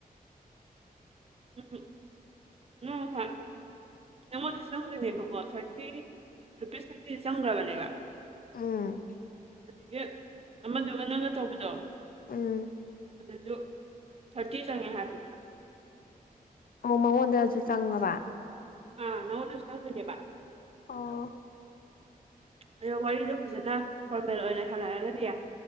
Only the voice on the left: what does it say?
ꯎꯝ
ꯎꯝ
ꯑꯣ ꯃꯉꯣꯟꯗꯁꯨ ꯆꯪꯉꯕ
ꯑꯣ